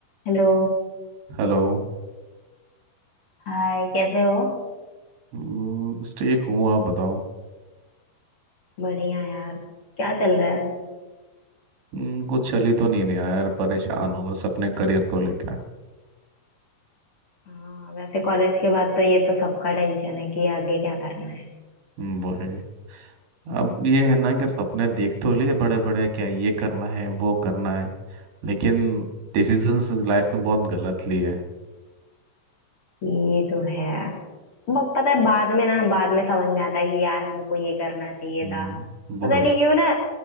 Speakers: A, on the left (about 40°); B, on the right (about 85°).
A: हेलो
B: Hello
A: हाय कैसे हो
B: हम्म, बस ठीक हूँ आप बताओ
A: बढ़िया यार क्या चल रहा है
B: हम्म, कुछ चल ही तो नहीं रहा यार परेशान हो बस अपने करियर को लेकर
A: हाँ वैसे कॉलेज के बाद तो ये तो सबका टेंशन है कि आगे क्या करना है
B: हम्म, वो है अब ये है ना कि सपने देख तो लिए बड़े बड़े क्या ये करना है वो करना है लेकिन डिसीजंस लाइफ में बहुत गलत लिए
A: ये तो है ब- पता है बाद में ना बाद में समझ में आता है कि यार हमको ये करना चाहिए
B: हम्म,
A: था
B: वो
A: पता
B: है
A: नहीं क्यों ना